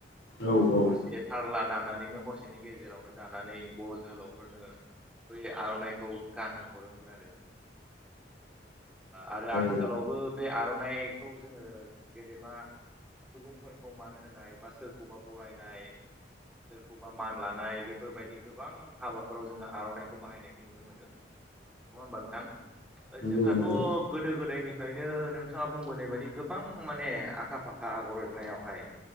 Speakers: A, on the left; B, in the centre.
A: औ औ
B: हरसे थारला दानानैनो हरसेनि गेजेरावनो दानानै बर' जोहोलावफोरनो बै आर'नाइखौ गानहो हरोमोन आरो आरो आथिखालावबो
A: औ
B: बे आर'नाइखौ जोङो गेदेमा सुबुंफोरखौ मान होनाय बा सोरखौबा बरायनाय सोरखौबा मान लानाय बेफोरबायदि गोबां हाबाफोराव जोङो आर'नाइखौ बाहायनायखौ नुनो मोनो। नङा होमबा नोंथां
A: नंगौ
B: जोंहाथ'
A: नंगौ
B: गोदो गोदायनिफ्रायनो नो नोंथाङा बुंबोनाय बायदि गोबां माने आखा फाखा आगर एरनायावहाय